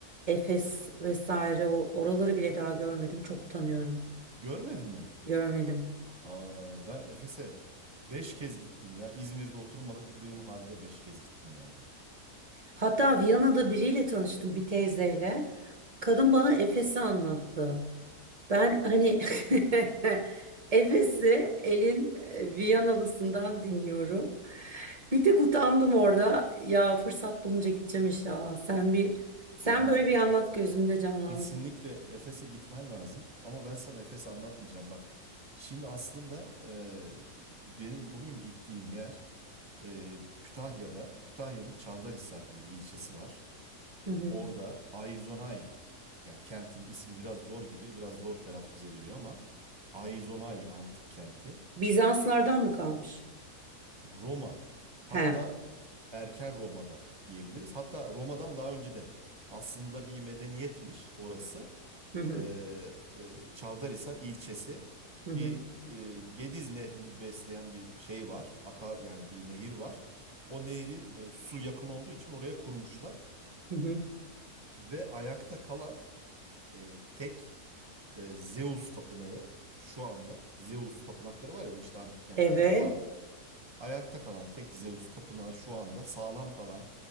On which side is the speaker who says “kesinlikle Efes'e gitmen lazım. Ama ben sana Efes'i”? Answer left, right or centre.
Right